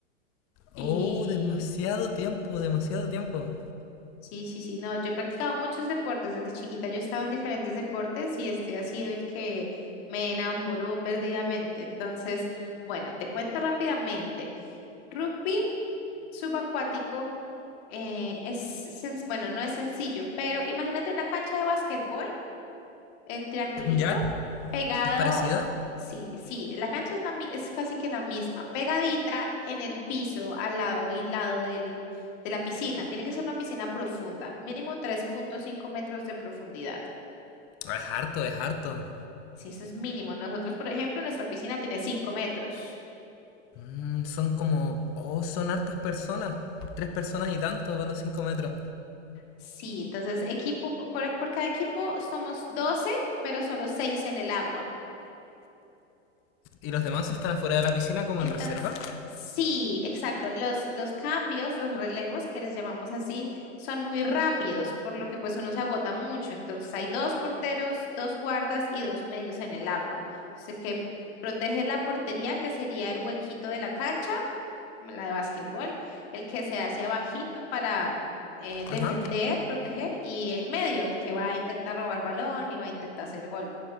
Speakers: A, on the left (about 55°); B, on the left (about 35°).
A: y
B: Oh, demasiado tiempo,
A: sí,
B: demasiado tiempo.
A: Sí, sí, sí, no, yo he practicado muchos deportes, desde chiquita yo estaba en diferentes deportes y este ha sido el que me enamoró perdidamente. Entonces, bueno, te cuento rápidamente. Rugby subacuático eh, es, sen- bueno, no es sencillo, pero imagínate una cancha de básquetbol el triangulito,
B: ¿Ya?
A: pegado,
B: ¿Es parecido?
A: sí, sí, la cancha es, la, mi- es casi que la misma, pegadita en el piso, al lado y lado del, de la piscina. Tiene que ser una piscina profunda, mínimo tres punto cinco metros de profundidad.
B: Ah, Es harto, es harto.
A: Sí, eso es mínimo. Nosotros, por ejemplo, nuestra piscina tiene 5 metros.
B: Mm, son como... Oh, son hartas personas. Tres personas y tanto por los cinco metros.
A: Sí, entonces equipo, por, por cada equipo somos 12 pero solo 6 en el agua.
B: ¿Y los demás están afuera de la piscina como
A: Entonces,
B: en reserva?
A: sí, exacto. Los, los cambios, los relevos, que les llamamos así, son muy rápidos, por lo que pues uno se agota mucho. Entonces hay dos porteros, dos guardas y dos medios en el agua. Entonces, el que protege la portería, que sería el huequito de la cancha, como la de básquetbol, el que se hace abajito para eh, defender,
B: Ajá.
A: proteger, y el medio, el que va a intentar robar balón y va a intentar hacer gol.